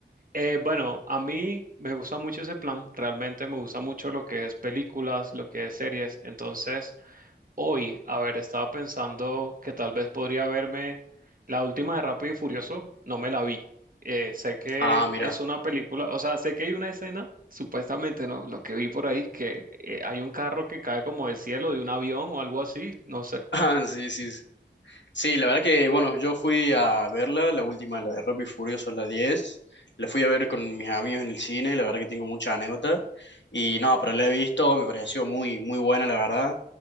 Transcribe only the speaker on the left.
Ah, mira.
<laughs>
Ah, sí, sí, sí. Sí, la verdad que, bueno, yo fui a verla, la última, la de Rápido y Furioso, la 10. La fui a ver con mis amigos en el cine, la verdad que tengo mucha anécdota. Y no, pero la he visto, me pareció muy, muy buena, la verdad.